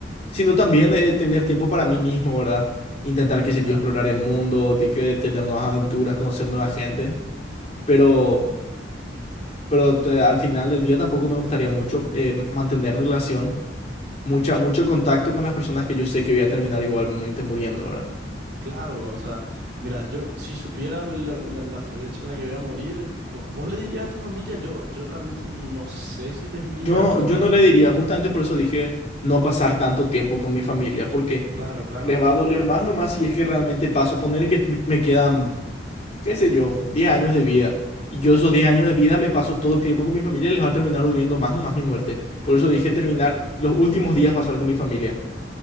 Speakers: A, on the left; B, on the right.
A: sino también eh, tener tiempo para mí mismo, ¿verdad? Intentar, qué sé
B: Claro,
A: yo, explorar
B: totalmente.
A: el mundo, de que tener nuevas aventuras, conocer nueva gente, pero, pero te- al final del día tampoco me gustaría mucho eh, mantener relación mucha, mucho contacto con las personas que yo sé que voy a terminar igualmente muriendo, ¿verdad?
B: Claro, o sea, mira, yo si supiera la, la- la fecha en la que voy a morir, vo- vos le dirías a tu familia, yo, yo realmente no sé si les diría,
A: Yo,
B: ¿verdad?
A: yo no le diría, justamente por eso dije no pasar tanto tiempo con mi familia, porque
B: Claro, claro,
A: les va a doler más nomás si es que realmente paso, ponerle que me me quedan, qué sé yo, 10 años de vida. Y yo esos 10 años de vida me paso todo el tiempo con mi familia, les va a terminar doliendo más nomás mi muerte. Por eso dije terminar los últimos días pasar con mi familia,